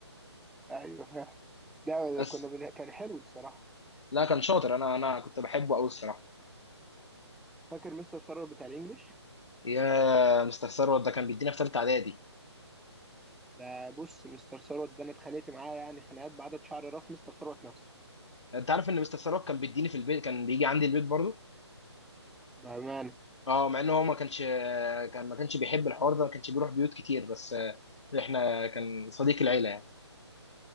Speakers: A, in the centre; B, on the left (about 75°).
A: أيوه فاهم ده
B: بس
A: كنا بن... كان حلو الصراحة
B: لا كان شاطر أنا أنا كنت بحبه قوي الصراحة
A: فاكر مستر ثروت بتاع الإنجليش
B: يا مستر ثروت ده كان بيدينا في ثالثة إعدادي
A: ده بص مستر ثروت ده أنا اتخانقت معاه يعني خناقات بعدد شعر راس مستر ثروت نفسه
B: أنت عارف إن مستر ثروت كان بيديني في البيت كان بيجي عندي البيت برضه
A: بأمانة
B: اه مع ان هو ما كانش كان ما كانش بيحب الحوار ده ما كانش بيروح بيوت كتير بس آه، احنا كان صديق العيله يعني